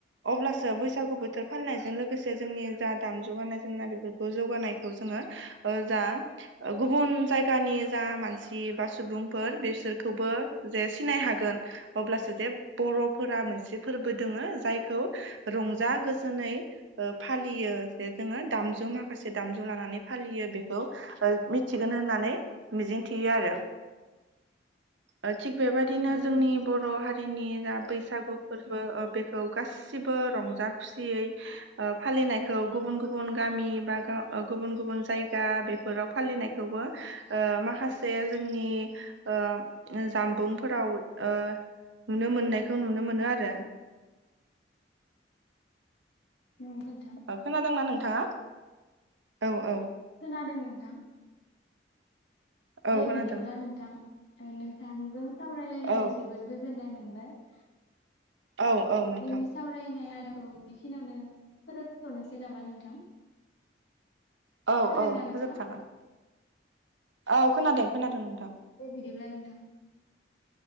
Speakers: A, on the right; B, on the left.
A: अब्लासो बैसागु बोथोर फालिनायजों लोगोसे जोंनि जा दामजु गाननाय जोमनाय बेफोरखौ जौगानायखौ जोङो ओ जा गुबुन जायगानि जा मानसि बा सुबुंफोर बेसोरखौबो जे सिनाय हागोन अब्लासो जेबबो बर'फोरा मोनसे फोरबो दोङो जायखौ रंजा गोजोनै फालियो जे जोङो दामजु माखासे दामजु लानानै फालियो बेखौ मिथिगोन होननानै मिजिं थियो आरो औ थिग बेबायदिनो
B: नंगौ
A: जोंनि
B: नोंथां
A: बर' हारिनि जा बैसागु फोरबो ओ बेखौ गासिबो रंजा खुसियैओ फालिनायखौ गुबुन गुबुन गामि बा ओ गुबुन गुबुन जायगा बेफोराव फालिनायखौबो ओ माखासे जोंनि ओ जामबुंफोराव ओ नुनो मोननायखौ नुनो मोनो आरो
B: नंगौ नोंथां
A: अ खोनादोंना? नोंथाङा औ औ
B: खोनादों नोंथां
A: औ
B: दे
A: खोनादों।
B: बिदिब्ला नोंथां। ओ नों थांजों सावरायलायनानै
A: औ
B: जोबोद गोजोननाय मोन मोनबाय।
A: औ औ नोंथां
B: जोंनि सावरायनाय आय बेखिनियावनो फोजोबथनोसै नामा नोंथां
A: औ
B: खोनादोंना
A: औ
B: नोंथाङा
A: फोजोबजागोन औ खोनादों खोनादों नोंथां।
B: दे बिदिब्ला नोंथां